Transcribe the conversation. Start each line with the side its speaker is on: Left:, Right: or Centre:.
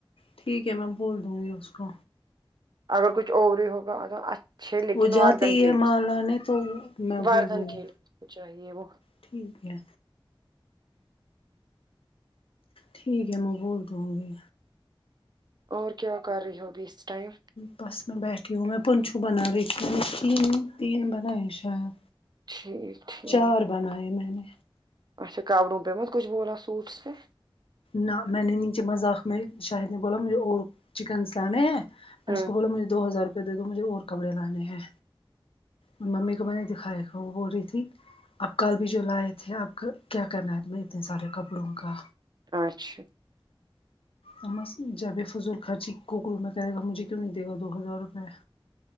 Left: ٹھیک ہے میں بول دوں گی اس کو
Right: اگر کچھ اور ہی ہوگا اگرچھ چھ لیکن
Left: وہ
Right: واردھن
Left: جاتے ہی
Right: کے
Left: ہے
Right: لیے
Left: مال آنے تو میں
Right: واردھن
Left: بول دوں گی
Right: کے لیے اس کو چاہیے وہ
Left: ٹھیک ہے ٹھیک ہے میں بول دوں گی
Right: اور کیا کر رہی ہو اب اس ٹائم
Left: بس میں بیٹھی ہوں میں پنچو بنا رہی تھی تین تین بنائی شاید
Right: ٹھیک ٹھیک
Left: چار بنائے میں نے
Right: اچا کوروں پی مت کچھ بولا سوٹس پ میں
Left: نہ میں نے نیچے مذاق میں شاہد نے بولا مجھے اور چکن س لانے ہے
Right: ہوں
Left: اس کو بولا مجھے دو ہزار روپئے دے دو مجھے اور کپڑے لانے ہیں ان ممی کو میں نے دکھایا تھا وہ بول رہی تھی اب کل بھی جو لائے تھے آپ کا کیا کرنا ہے میں اتنے سارے کپڑوں کا
Right: اچھا
Left: ا اس جب فضول خرچی کوکو میں کرے گا مجھے کیوں نہیں دے گا دو ہزار روپئے